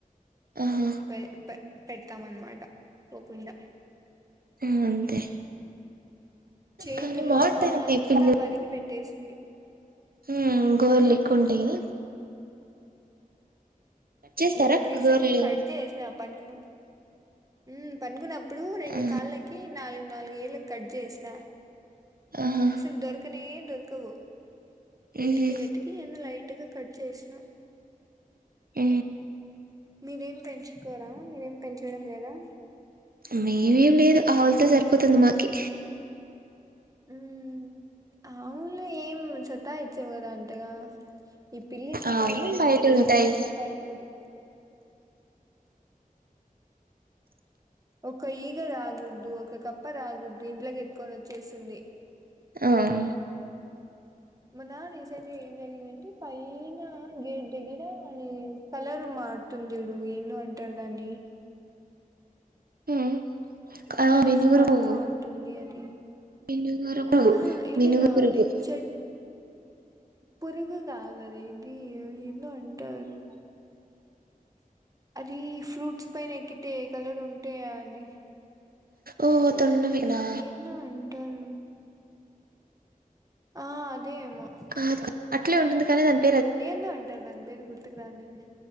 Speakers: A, on the right; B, on the right.
A: ఆహా
B: పె పెడతాం అన్నమాట పోకుండా
A: అ అంతే
B: చేతులు
A: కానీ బాగుంటాయండి
B: కాళ్ళ అంతా
A: పిల్లి
B: బరికి పెట్టేసింది
A: ఉ గోర్లి
B: ఉమ్
A: ఎక్కువ ఉంటయి కదా కట్ చేస్తారా
B: హు రీసెంట్గా
A: గోర్లు
B: కట్ చేసిన అప్పనికి ఇనం ఉ పడుకున్న ఇప్పుడు రెండు
A: ఆహా
B: కాళ్ళకి నాలుగు నాలుగు ఏళ్ళ కట్ చేసిన
A: ఆహా
B: అసలు దొరకనే దొర్కవు వెతికి
A: ఉహు
B: వెతికి ఎన్న రెట్గా కట్ చేసిన
A: ఊ
B: మీరేం పెంచుకోరా మీరేం పని చేయడం లేదా
A: మేమేం లేదు ఆవులతో సరిపోతుంది మాకి
B: హ్మ్ ఆవులు ఏం సతాఇచ్చవు గదా అంతగా ఈ పిల్లి సతాయించినట్టు
A: ఆవులు బయట
B: ఏమీ
A: ఉంటాయి
B: సతాయించదు. ఒక ఈగ రాగుడ్దు ఒక కప్ప రాగుడ్దు ఇంట్లోకి ఎత్తుకొని వచ్చేస్తుంది
A: ఆహ ఆ
B: మన్నా రీసెంట్ గా ఏం జరిగిందంటే, పైనా గేట్ దగ్గర ఏ కలర్ మారుతుంది. చుడు ఏందో అంటరు. దాన్ని
A: హ్మ్ ఆ
B: కలర్స్
A: మినుగురు
B: మారుతా
A: పువ్వు
B: ఉంటుంది అది
A: మినుగురు పురుగు
B: ఆ ఇది
A: మినుగురు
B: కాదు
A: పురుగు
B: చెట్ పురుగు కాదది <unintelligible> వీళ్ళు ఏందో అంటారు అదీ ఫ్రూట్స్ పైన ఎక్కితే ఏ కలర్ ఉంటే అందీ
A: ఓహోహో తొండపీకనా
B: ఏందో అంటారు ఆహాఆ అద్ దే ఏమ్మె
A: కాదు అట్లే ఉంటుంది కానీ దాన్
B: ఏందో అంటరు దాని పేరు గుర్ తిక్ దానిని